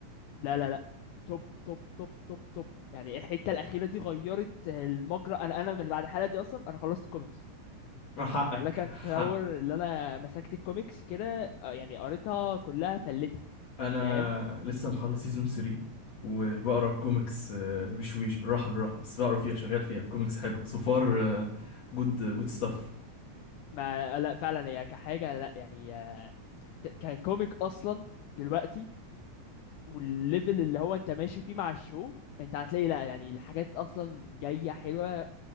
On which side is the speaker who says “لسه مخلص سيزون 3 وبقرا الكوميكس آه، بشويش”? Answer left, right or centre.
Left